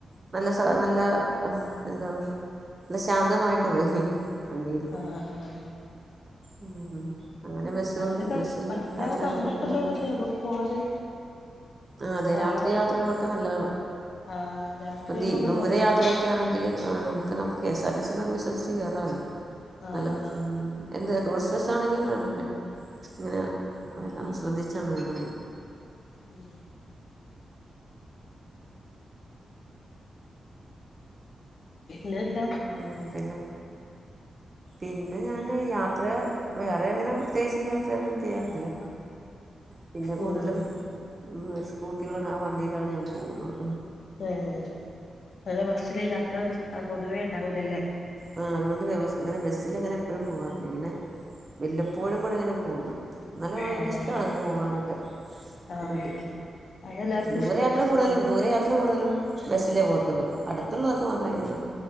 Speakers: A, on the right; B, on the left.
A: നല്ല സ നല്ല എന്താണ് ശാന്തമായിട്ട് പോയി വണ്ടിരുന്ന്
B: ആഹ് ആഹ്
A: ഉ അങ്ങനെ <unintelligible>
B: അങ്ങനൊക്കെ
A: ബസ്സില്
B: ബസ്സിലാവുമ്പോ
A: യാത്ര
B: അങ്ങനൊക്കെ
A: കൊണ്ടക്കുന്നില്ല
B: ഉണ്ടോന്ന് നമുക്ക് പോവാന്
A: ആ അതെ
B: ആഗ്രഹാണ്
A: രാത്രി യാത്രകളൊക്കെ നല്ല
B: ആഹ് രാത്രിയൊക്കെ
A: അതെ
B: നല്ല
A: ദൂരയാത്രയക്കെ
B: രസാണ്
A: ഒക്കെ ആണെങ്കിൽ ഇപ്പം നമുക്ക് കെ എസ് ആർ ടി സിന്നൊക്കെ വിശ്വസിച്ച് കയറാമല്ലോ
B: ആഹ്
A: നല്ല എന്ത് ടൂറിസ്റ്റ് ബസ് ആണെങ്കിലും ഇങ്ങനെ എല്ലാം ശ്രദ്ധിച്ചാണ് എല്ല
B: ഉം ഇന്നിട്ട
A: ഉ പിന്നെ പിന്നെ ഞാൻ യാത്ര വേറെ എങ്ങനെ പ്രത്യേകിച്ച് യാത്രയൊന്നും ചെയ്യാറില്ല പിന്നെ കൂടുതലും
B: ഉം
A: ഉം ഒരു സ്കൂട്ടിയടെ ആ വണ്ടിയിലാണ് ഞാൻ പോകുന്നത്
B: <unintelligible> ബസ്സിൽ യാത്ര പൊതുവേ ഉണ്ടാവൂലല്ലേ
A: ആ അതുകൊണ്ട്ം അങ്ങനെ ബസ്സൽ അങ്ങനെ എപ്പോഴും പോകാറില്ല ഇങ്ങനെ വല്ലപ്പോഴും കൂടെ ഇങ്ങനെ പോകുന്നു എന്നല്ല
B: ആഹ്
A: എനിക്ക ഇഷ്ടമാണ്ങ്ങനെ പോവാനൊക്കെ
B: ആഹ്
A: കടുതല്
B: അതെല്ലാർക്കും
A: ദൂരയാത്ര
B: ഇഷ്ടാണ് ബസ്സില്
A: കൂടുതലും
B: പോവാന്
A: ദൂരയാത്ര കൂടുതലും ബസ്സിലേ പോകത്തുള്ളു അടുത്തുള്ളതൊക്കെ മാത്രമേ ഇങ്ങനെ